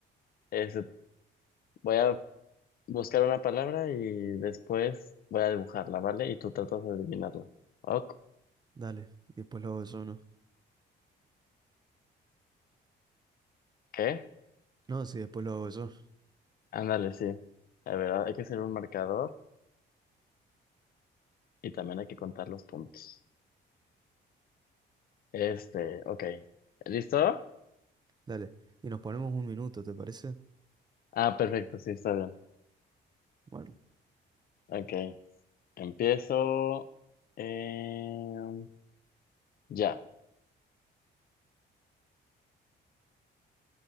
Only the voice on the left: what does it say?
Este, voy a buscar una palabra y después voy a dibujarla, ¿vale? Y tú tratas de adivinarla. Ok,
¿Qué?
Ándale, sí. A ver, hay que hacer un marcador y también hay que contar los puntos. Este, ok. ¿Listo?
Ah, perfecto, sí, está bien.
Ok, empiezo. Eh... Ya.